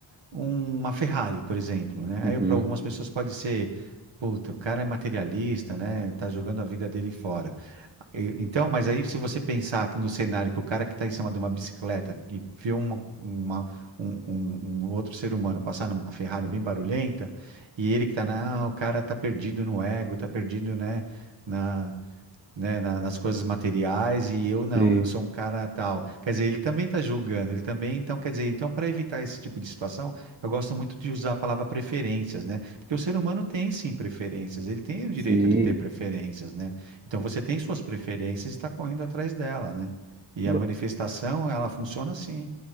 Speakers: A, on the right; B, on the right.
A: um- uma Ferrari, por exemplo, né?
B: Uhum.
A: Aí para algumas pessoas pode ser, puta, o cara é materialista, né? Tá jogando a vida dele fora. E- Então, mas aí se você pensar que no cenário que o cara que está em cima de uma bicicleta e vê uma, uma- um, um- um outro ser humano passar numa Ferrari bem barulhenta, e ele que tá na, ah, o cara tá perdido no ego, tá perdido, né? Na, né, na- nas coisas materiais e eu não,
B: Sim,
A: eu sou um cara tal. Quer dizer, ele também está julgando, ele também, então, quer dizer, então para evitar esse tipo de situação, eu gosto muito de usar a palavra preferências, né? Porque o ser humano tem sim preferências, ele tem o direito
B: sim.
A: de ter preferências, né? Então você tem suas preferências e está correndo atrás dela, né? E
B: Ma-
A: a manifestação, ela funciona assim,